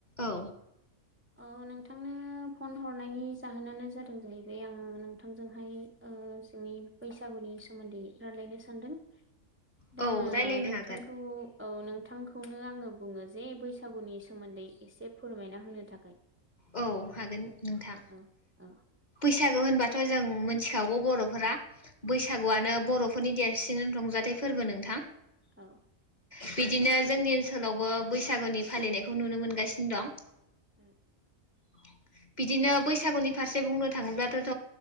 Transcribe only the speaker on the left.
औ औ
औ
रायलायनो
हागोन
औ हागोन नोंथां।
बैसागु होनबाथ' जों मिथिखागौ बर'फोरा बैसागुआनो बर'फोरनि देरसिन रंजाथाइ फोरबो नोंथां।
बिदिनो जोंनि ओनसोलावबो बैसागुनि फालिनायखौ नुनो मोनगासिनो दं।
<inaudible> बिदिनो बैसागुनि फारसे बुंनो थाङोब्लाथ'थ'